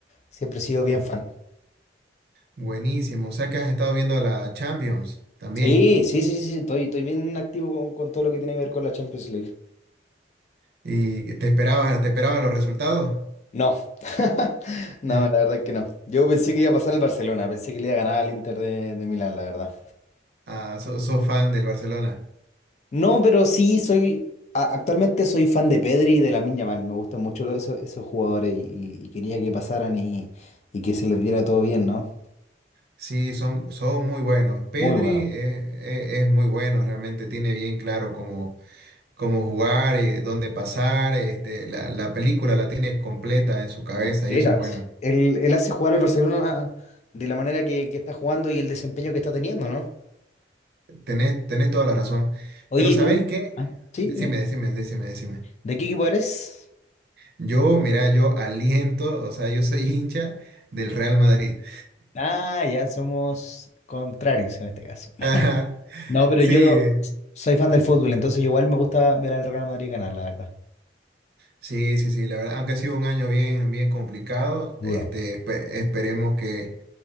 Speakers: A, on the left; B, on the right.
A: Siempre he sido bien
B: Uh,
A: fan.
B: Buenísimo. O sea que has estado viendo la Champions también.
A: Sí, sí, sí, sí, estoy, estoy bien activo con, con todo lo que tiene que ver con la Champions League.
B: ¿Y te esperabas, te esperabas los resultados?
A: No, <laughs> no,
B: <laughs>
A: la verdad que no. Yo pensé que iba a pasar al Barcelona, pensé que le iba a ganar al Inter de, de Milán, la verdad.
B: Ah, so- sos fan del Barcelona.
A: No, pero sí soy, a- actualmente soy fan de Pedri y de Lamine Yamal, me gustan mucho lo- esos, esos jugadores y, y quería que pasaran y, y que se les diera todo bien, ¿no?
B: Sí, son, son muy buenos. Pedri
A: Muy bueno.
B: eh, eh, es, muy bueno, realmente tiene bien claro como cómo jugar, eh, dónde pasar, este, la, la película la tiene completa en su cabeza
A: Completa.
B: y eso es bueno.
A: sí. Él, él hace jugar al Barcelona de la manera que, que está jugando y el desempeño que está teniendo, ¿no?
B: Tenés, tenés toda la razón.
A: Oye,
B: Pero
A: ¿y
B: ¿sabés
A: tú?
B: qué?
A: Ah, Sí,
B: Decime,
A: dime.
B: decime, decime, decime.
A: ¿De qué equipo eres?
B: Yo, mira, yo aliento, o sea, yo soy <laughs> hincha del Real Madrid.
A: Ah, ya somos contrarios en este caso.
B: <laughs> Ajá.
A: No, pero
B: Sí,
A: yo soy fan del fútbol, entonces igual me gusta ver al Real Madrid ganar, la verdad.
B: sí, sí, sí, la verdad, aunque ha sido un año bien, bien complicado,
A: Duro.
B: este, espe- esperemos que,